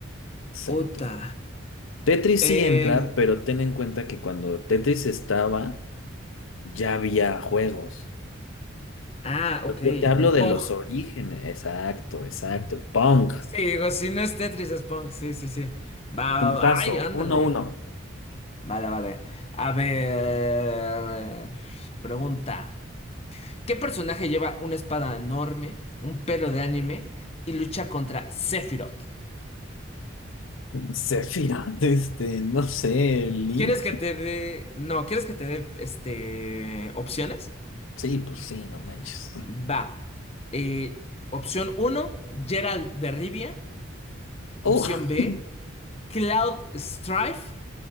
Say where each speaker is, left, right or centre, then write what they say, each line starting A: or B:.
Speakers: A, on the left; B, on the left.
A: Exacto.
B: Ota.
A: Tetris
B: Eh,
A: sí entra, pero ten en cuenta que cuando Tetris estaba, ya había juegos.
B: ah,
A: Yo
B: ok,
A: yo te hablo
B: el
A: de
B: Pong.
A: los orígenes. Exacto, exacto. Pong.
B: Sí, digo, si no es Tetris, es Pong. Sí, sí, sí. Va,
A: Puntazo.
B: va, ay, ándale.
A: uno uno.
B: Vale, vale. A ver, pregunta. ¿Qué personaje lleva una espada enorme, un pelo de anime y lucha contra Sephiroth?
A: <laughs> Sefira. Este, no sé, Link.
B: ¿Quieres que te dé... No, ¿quieres que te dé, este, opciones?
A: Sí, pues sí, no manches.
B: Va. Eh, opción uno, Gerald de Rivia. Opción
A: Oh,
B: B,
A: <laughs>
B: Cloud Strife.